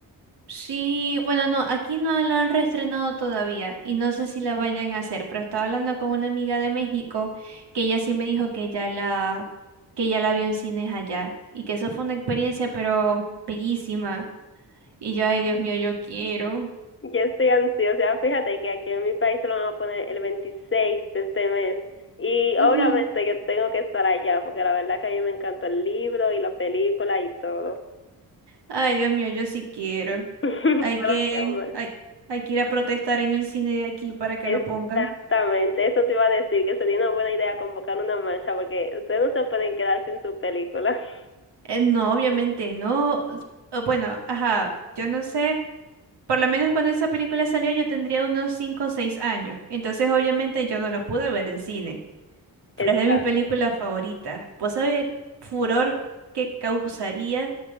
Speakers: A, on the right (about 70°); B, on the left (about 30°).
A: Sí, bueno, no, aquí no la han reestrenado todavía y no sé si la vayan a hacer, pero estaba hablando con una amiga de México que ella sí me dijo que ya la, que ya la vio en cines allá y que eso fue una experiencia pero bellísima. Y yo, ay Dios mío, yo quiero.
B: Yo estoy ansiosa, fíjate que aquí en mi país se lo van a poner el 26 de este mes y obviamente
A: Ujú.
B: yo tengo que estar allá porque la verdad que a mí me encantó el libro y la película y todo.
A: Ay Dios mío, yo sí quiero.
B: <laughs> Pero
A: Hay
B: qué
A: que,
B: mal.
A: hay, hay que ir a protestar en el cine de aquí para que
B: Exactamente,
A: lo pongan.
B: eso te iba a decir, que sería una buena idea convocar una marcha porque ustedes no se pueden quedar sin su película. <laughs>
A: Eh, no, obviamente no. Eh, Bueno, ajá, yo no sé. Por lo menos cuando esa película salió yo tendría unos 5 o 6 años, entonces obviamente yo no la pude ver en cine, pero
B: Exacto,
A: es de mis películas favoritas. ¿Vos sabés el furor que causaría